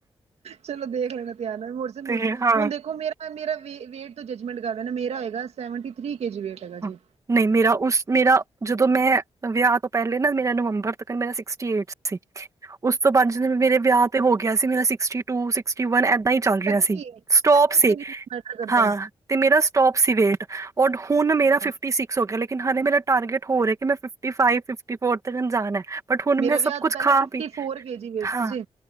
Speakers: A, on the right (about 85°); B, on the right (about 30°).
A: ਚਲੋ ਦੇਖ ਲੈਣਾ ਧਿਯਾਨ ਨਾਲ <unintelligible>
B: ਤੇ ਹਾਂ
A: ਹੁਣ ਦੇਖੋ ਮੇਰਾ ਮੇਰਾ ਵ ਵੇਟ ਤੋਂ ਜੱਜਮੈਂਟ ਕਰ ਲੇਨਾ। ਮੇਰਾ ਹੈਗਾ seventy three K- G weight ਹੈਗਾ
B: ਹਾਂ,
A: ਜੇ
B: ਨਹੀਂ ਮੇਰਾ ਉਸ ਮੇਰਾ, ਜਦੋਂ ਮੈਂ ਵਿਆਹ ਤੋਂ ਪਹਿਲੇ ਨਾ, ਮੇਰਾ ਨਵੰਬਰ ਤੱਕ ਮੇਰਾ ਸਿਕਸਟੀ ਏਟ ਉਸ ਤੋਂ, ਪੰਜ ਦਿਨ ਮੇਰੇ ਵਿਆਹ ਤੇ ਹੋ ਗਿਆ ਸੀ। ਮੇਰਾ ਸਿਕਸਟੀ ਟੂ ਸਿਕਸਟੀ ਵਨ, ਏਦਾਂ ਹੀ ਚੱਲ ਰਿਹਾ
A: ਪਤਾ
B: ਸੀ।
A: ਕੀ ਏ
B: ਸਟੌਪ
A: ਹਾਈਟ
B: ਸੀ
A: ਉੱਤੇ ਵੀ ਮੈਟਰ ਕਰਦਾ
B: ਹਾਂ,
A: ਹੈ,
B: ਤੇ ਮੇਰਾ ਸਟੋਪ ਸੀ ਵੇਟ ਉਹ ਹੁਣ ਮੇਰਾ ਫਿਫਟੀ
A: ਹਾਂ
B: ਸਿਸਕ ਹੋ ਗਿਆ ਆ। ਹਲੇ ਮੇਰਾ ਟਾਰਗੇਟ ਹੋਰ ਏ, ਮੈਂ ਫਿਫਟੀ ਫਾਵੀਵ ਫਿਫਟੀ ਫੋਰ ਤੱਕ ਜਾਣਾ। ਬਟ ਹੁਣ
A: ਮੇਰਾ
B: ਮੈਂ ਸਭ
A: ਵਿਆਹ
B: ਕੁਛ
A: ਤੋਂ ਪਹਿਲਾਂ
B: ਖਾ
A: fifty
B: ਪੀ
A: four K G weight ਸੀ
B: ਹਾਂ,
A: ਜੀ।